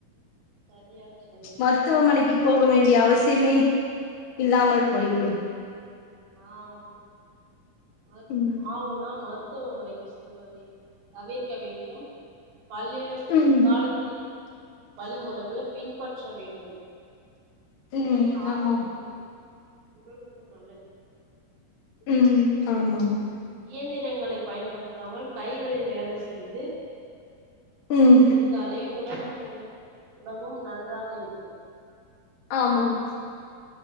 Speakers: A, on the right; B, on the left.
A: சரியாக ஸ்
B: மருத்துவமனைக்குப் போக வேண்டிய அவசியமே இல்லாமல் போய்விடும்
A: ஆம் அத்
B: ம்
A: ஆ ஊனா மருத் த்துவமனைக்கு செல்வதை தவிர்க்க வேண்டும் பழைய
B: ம்
A: காலத் தின் வழிமுறைகளை பின்பற்ற வேண்டும்
B: ம்
A: இதுவே ஆரோக்கியத்திற்கும்
B: ஆமாம்
A: உடலுக்கும் நல்லது
B: ம் ஆமாம்
A: இயந்திரங்களை பயன்படுத்தாமல் கைகளில் வேலை செய்து
B: ம்
A: இருந் தாலே உடலும் உடம்பும் நன்றாக இருக்கும்
B: ஆமாம்